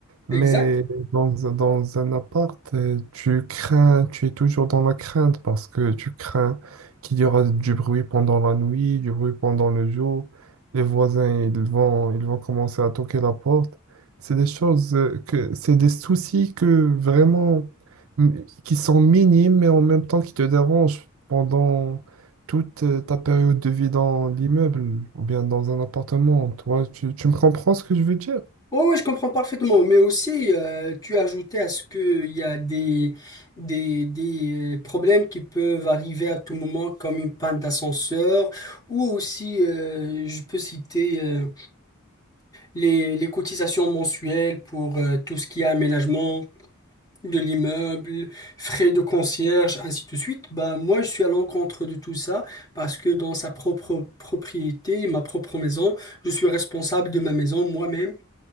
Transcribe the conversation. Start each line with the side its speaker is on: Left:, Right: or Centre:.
Left: exact.
Right: Mais dans, un- dans un appart, euh, tu crains, tu es toujours dans la crainte parce que tu crains qu'il y aura du bruit pendant la nuit, du bruit pendant le jour. Les voisins, ils vont, ils vont commencer à toquer la porte. C'est des choses euh, que, c'est des soucis que vraiment, mm, qui sont minimes, mais en même temps qui te dérangent pendant, toute euh, ta période de vie dans l'immeuble ou bien dans un appartement. Toi, tu, tu me comprends ce que je veux dire?
Left: Oui, je comprends parfaitement, mais aussi euh, tu as ajouté à ce qu'il y a des, des, des euh, problèmes qui peuvent arriver à tout moment, comme une panne d'ascenseur, ou aussi euh, je peux citer euh, les, les cotisations mensuelles pour euh, tout ce qui est aménagement de l'immeuble, frais de concierge, ainsi de suite. Bah, moi, je suis à l'encontre de tout ça parce que dans sa propre propriété, ma propre maison, je suis responsable de ma maison moi-même.